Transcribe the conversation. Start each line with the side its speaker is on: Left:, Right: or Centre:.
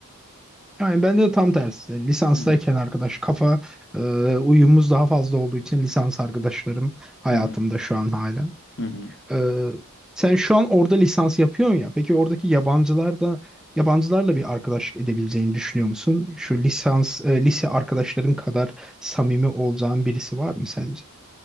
Centre: Yani bende de tam tersi. Lisanstayken
Left: Hı hı.
Centre: arkadaş kafa e, uyumumuz daha fazla olduğu için lisans arkadaşlarım hayatımda
Left: Hı hı.
Centre: şu an hala.
Left: Hı hı.
Centre: Ee, sen şu an orada lisans yapıyorsun ya. Peki oradaki yabancılar da yabancılarla bir arkadaşlık edebileceğini düşünüyor musun? Şu lisans e, lise arkadaşların kadar samimi olacağın birisi var mı sence?